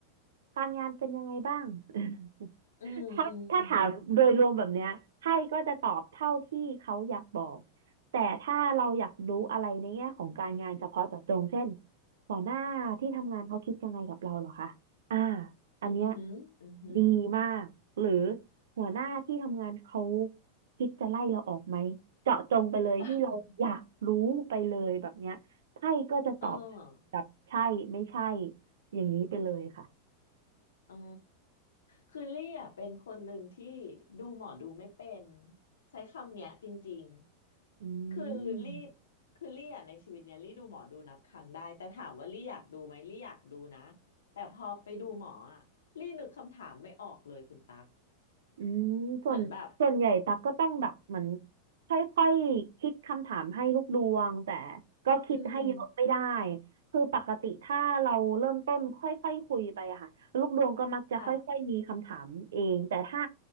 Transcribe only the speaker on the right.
การงานเป็นยังไงบ้าง <laughs>
ถ้าถ้าถามโดยรวมแบบเนี้ยไพ่ก็จะตอบเท่าที่เขาอยากบอกแต่ถ้าเราอยากรู้อะไรในแง่ของการงานเฉพาะเจาะจงเช่นหัวหน้าที่ทำงานเขาคิดยังไงกับเราเหรอคะอ่าอันเนี้ย
ดีมากหรือหัวหน้าที่ทำงานเขาคิดจะไล่เราออกไหมเจาะจงไปเลยที่เราอยากรู้ไปเลยแบบเนี้ยไพ่ก็จะตอบ
แบบใช่ไม่ใช่อย่างนี้ไปเลยค่ะ
อื
ม
อืมส่วนส่วนใหญ่ตักก็ต้องแบบเหมือน
ค่อยๆคิดคำถามให้ลูกดวงแต่ก็คิดให้เยอะไม่ได้
คือปกติถ้าเราเริ่มต้นค่อยๆคุยไปอะค่ะลูกดวงก็มักจะค่อยๆมีคำถามเองแต่ถ้า